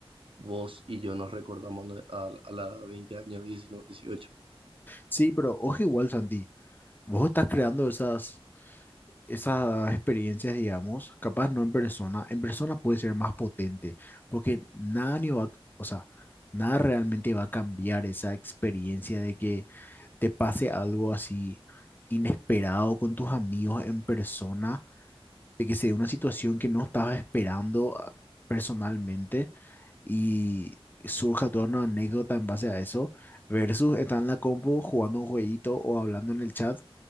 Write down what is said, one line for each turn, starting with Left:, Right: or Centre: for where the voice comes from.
Right: vos y yo nos recordamos no- a, a la veinte años, diecinueve dieciocho
Left: Sí, pero ojo igual, Santi, vos estás creando esas esas experiencias, digamos, capaz no en persona, en persona puede ser más potente, porque nada ni va, o sea, nada realmente va a cambiar esa experiencia de que te pase algo así inesperado con tus amigos en persona de que se dé una situación que no estabas esperando ah, personalmente y surja toda una anécdota en base a eso, versus estar en la compu jugando un jueguito o hablando en el chat